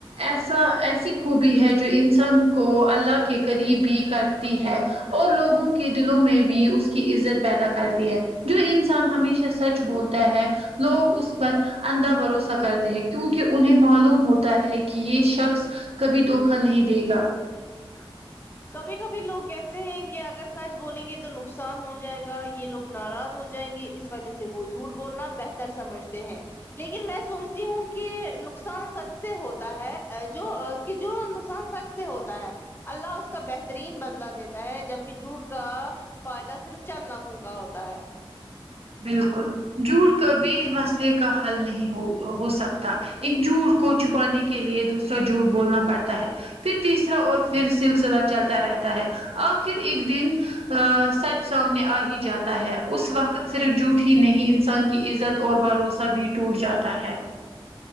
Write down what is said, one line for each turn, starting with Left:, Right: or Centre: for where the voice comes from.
Right: ایسا ایسی خوبی ہے جو انسان کو اللہ کے قریب بھی کرتی ہے اور لوگوں کے دلوں میں بھی اس کی عزت پیدا کرتی ہے جو انسان انسان ہمیشہ سچ بولتا ہے لوگ اس پر اندھا بھروسہ کرتے ہیں کیونکہ انہیں معلوم ہوتا ہے کہ یہ شخص کبھی دھوکا نہیں دے گا
Left: نہیں دے گا کبھی کبھی لوگ کہتے ہیں کہ اگر سچ بولیں گے تو نقصان ہو جائے گا یہ لوگ ناراض ہو جائیں گے اس وجہ سے وہ جھوٹ بولنا بہتر سمجھتے ہیں لیکن میں سوچتی ہوں کہ نقصان سچ سے ہوتا ہے جو کہ جو نقصان سچ سے ہوتا ہے اللہ اس اس کا بہترین بدلا دیتا ہے جبک جوٹ کا فائدہ صرف چند لمحوں کا ہوتا ہے
Right: بالکل جھوٹ کبھی مسئلے کا حل نہیں ہو ہو سکتا ایک جھوٹ کو چھپانے کے لیے دوسرا جھوٹ بولنا پڑتا ہے پھر تیسرا اور پھر سلسلہ چلتا رہتا ہے آخر ایک دن ا سچ سامنے آ ہی جاتا ہے اس وقت صرف جھوٹ ہی نہیں انسان کی عزت اور بھروسہ بھی ٹوٹ جاتا ہے